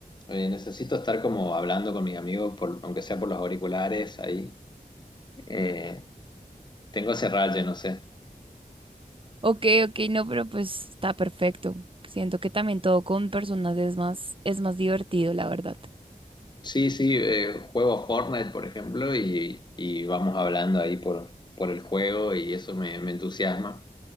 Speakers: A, on the left; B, on the right.
A: Eh, necesito estar como hablando con mis amigos, por- aunque sea por los auriculares, ahí. Eh, tengo ese raye, no sé.
B: Ok, ok, no, pero pues está perfecto. Siento que también todo con personas es más, es más divertido, la verdad.
A: Sí, sí, eh, juego Fortnite, por ejemplo, y, y vamos hablando ahí por, por el juego y eso me me entusiasma.